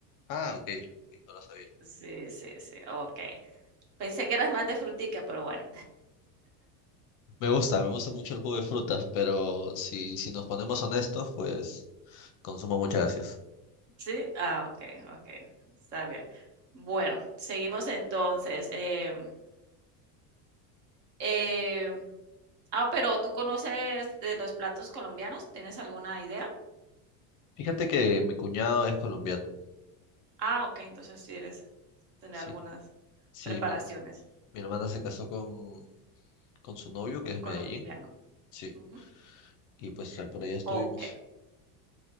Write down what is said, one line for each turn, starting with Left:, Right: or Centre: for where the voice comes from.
Left: Ah, ok, ok, no lo sabía.
Right: Sí, sí, sí, okey. Pensé que eras más de frutica, pero bueno.
Left: Me gusta, me gusta mucho el jugo de frutas, pero si, si nos ponemos honestos, pues consumo muchas gracias.
Right: Sí, ah, okey, okey, está bien. Bueno, seguimos entonces, em, em, ah, pero, ¿tú conoces de los platos colombianos? ¿Tienes alguna idea?
Left: Fíjate que mi cuñado es colombiano.
Right: Ah, okey, entonces sí debes tener
Left: Sí,
Right: algunas
Left: sí,
Right: preparaciones,
Left: mi, her- mi hermana se casó con, con su novio, que
Right: un
Left: es de
Right: colombiano.
Left: Medellín. Sí,
Right: Ujú.
Left: y pues eh, por allá estuvimos.
Right: Okey,